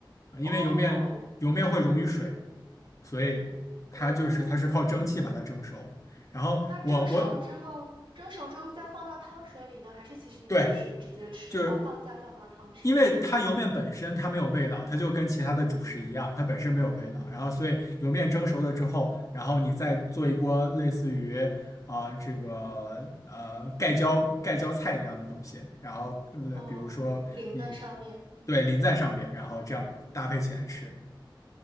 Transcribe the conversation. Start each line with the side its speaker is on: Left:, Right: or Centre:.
Left: 啊，因为油面油面会溶于水，
Right: 哦
Left: 所以它就是它是靠蒸汽把它蒸熟。
Right: 哦，
Left: 然后我我
Right: 那蒸熟之后，蒸熟之后再放到汤水里呢，还是其实你们就是直接吃？
Left: 对，就是
Right: 哦，放再放到汤水，
Left: 因为它油面本身它没有味道，
Right: 嗯
Left: 它就跟其他的主食一样，
Right: 嗯
Left: 它本身没有味道。
Right: 嗯嗯，
Left: 然后，所以油面蒸熟了之后，然后你再做一锅类似于啊、这个呃盖浇盖浇菜一样的东西，然后呃比如说你
Right: 哦，淋在上面，嗯
Left: 对淋在上边，然后这样搭配起来吃，
Right: 嗯，